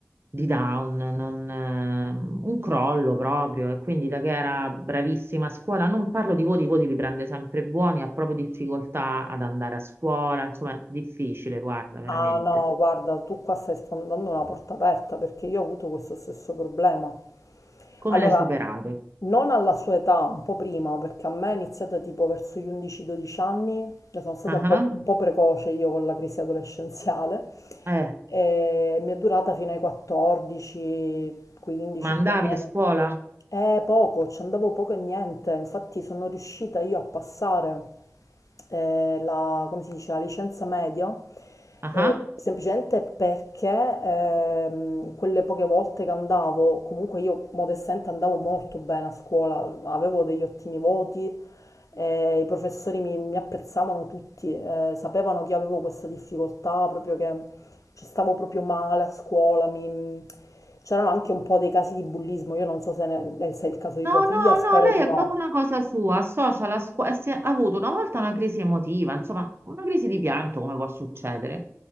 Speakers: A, on the right (about 45°); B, on the left (about 90°).
A: di down, non, ehm, un crollo proprio. E quindi da che era bravissima a scuola, non parlo di voti, i voti li prende sempre buoni, ha proprio difficoltà ad andare a scuola, insomma, è difficile, guarda, veramente.
B: Ah no, guarda, tu qua stai sfondando una porta aperta perché io ho avuto questo stesso problema.
A: Come
B: Allora,
A: l'hai superato?
B: non alla sua età, un po' prima, perché a me è iniziata tipo verso gli 11-12 anni, io sono stata
A: Ah
B: un po',
A: ah.
B: un po' precoce io con la crisi adolescenziale,
A: Eh,
B: e mi è durata fino ai 14-15
A: ma andavi
B: più o meno.
A: a scuola?
B: Eh, poco, ci andavo poco e niente, infatti sono riuscita io a passare eh, la, come si dice, la licenza media,
A: Ah
B: eh,
A: ah.
B: semplicemente perché ehm, quelle poche volte che andavo, comunque io modestamente andavo molto bene a scuola, avevo degli ottimi voti, eh, i professori mi, mi apprezzavano tutti, eh, sapevano che avevo questa difficoltà, proprio che ci stavo proprio male a scuola, mi C'erano anche un po' dei casi di bullismo, io non so se, ne- se è il caso di
A: No,
B: tua figlia,
A: no,
B: spero
A: no, lei
B: di
A: è
B: no.
A: proprio una cosa sua, associa la scuola, ha avuto una volta una crisi emotiva, insomma, una crisi di pianto, come può succedere.